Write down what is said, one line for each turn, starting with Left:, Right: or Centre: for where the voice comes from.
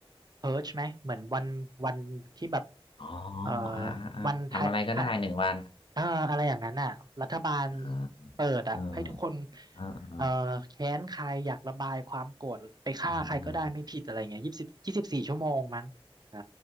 Right: เพิร์ชไหมเหมือนวันวันที่แบบ
Left: อ๋อ
Right: เอ่อ
Left: อ่าอ่าอ่าทำอะไรก็ได้หนึ่งวัน
Right: วันไทยไทยเอ่ออะไรอย่างนั้นอ่ะรัฐบาล
Left: อ่า
Right: เปิดอ่ะให้ทุกคน
Left: เอออ่าอ่
Right: เอ่อแค้นใครอยากระบายความโกรธไปฆ่าใครก็ได้ไม่ผิดอะไรเงี้ยยี่สิบยี่สิบสี่ชั่วโมงมั้งอ่า
Left: าอ่า